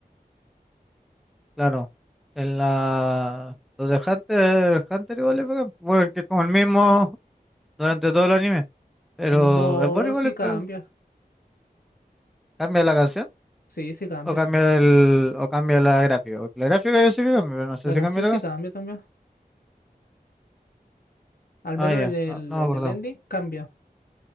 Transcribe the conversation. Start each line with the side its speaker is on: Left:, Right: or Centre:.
Centre: Claro. En la. Los de Hunter, Hunter igual es bacán. Bueno, que es como el mismo durante todo el anime. Pero
Left: No,
Centre: es bueno igual
Left: sí
Centre: es
Left: cambia.
Centre: peor. Cambia la canción.
Left: Sí, sí cambia.
Centre: O cambia el, o cambia la gráfica. Porque la gráfica yo sé que cambia, pero no sé
Left: La
Centre: si
Left: canción
Centre: cambia la
Left: sí
Centre: canción.
Left: cambia también. Al
Centre: Ah,
Left: menos
Centre: ya.
Left: en el,
Centre: No, no
Left: en
Centre: me acuerdo.
Left: el ending cambia.